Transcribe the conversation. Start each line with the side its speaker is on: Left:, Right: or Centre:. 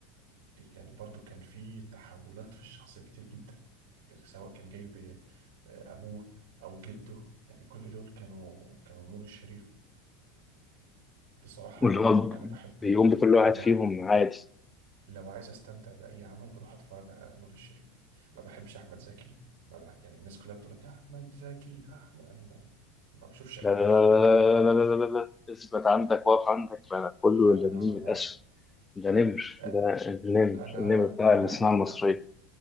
Right: يعني برضو كان في تحولات في الشخصية كتير جدا سواء كان جايب آه، أبوه أو جده يعني كل دول كانوا كانوا نور الشريف بصراحة
Left: واللي هو
Right: يعني أنا بحب
Left: بيقوم بكل واحد
Right: أنا بح
Left: فيهم عادي
Right: لو عايز استمتع باي عمل بروح اتفرج على نور الشريف ما بحبش احمد زكي ما بح... يعني الناس كلها بتقول لك احمد زكي احمد انا ما, ما بشوفش اي
Left: لا لا
Right: حاجه
Left: لا
Right: غير نور عادي
Left: لا لا لا لا لا لا. اثبت عندك واقف عندك ما أنا كله
Right: لا
Left: إلا
Right: انا
Left: النيم
Right: ما
Left: الأسود ده نمر
Right: ب...
Left: ده النمر
Right: انا
Left: النمر بتاع
Right: انا
Left: الصناعة
Right: ب...
Left: المصرية